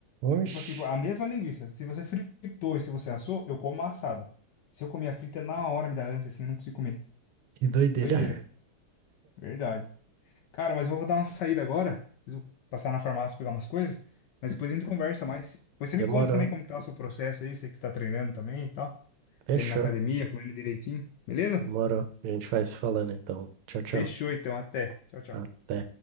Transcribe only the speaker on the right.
Oxe,
que doideira.
Demorou.
Fechou.
Demorou. A gente vai se falando então. Tchau, tchau.
Até.